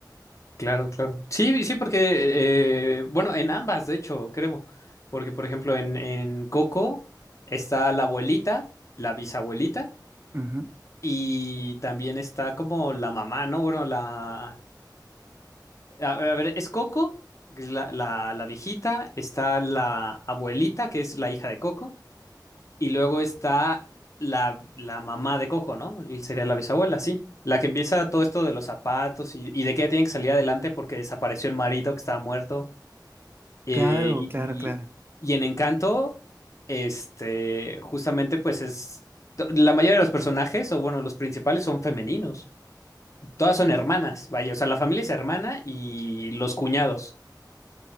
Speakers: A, on the left; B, on the right.
A: Claro, claro. Sí, sí, porque, eh, bueno, en ambas, de hecho, creo. Porque, por ejemplo, en, en Coco está la abuelita, la bisabuelita,
B: Ujú.
A: y también está como la mamá, ¿no? Bueno, la... A, ver, a ver, es Coco, que es la, la, la viejita, está la abuelita, que es la hija de Coco, y luego está la, la mamá de Coco, ¿no? Y Sería la bisabuela, sí. La que empieza todo esto de los zapatos y, y de que ella tiene que salir adelante porque desapareció el marido que estaba muerto. Eh,
B: Claro,
A: y,
B: claro, claro,
A: y en Encanto, este, justamente pues es, to- la mayoría de los personajes, o bueno, los principales son femeninos. Todas son hermanas, vaya, o sea, la familia es hermana y los cuñados.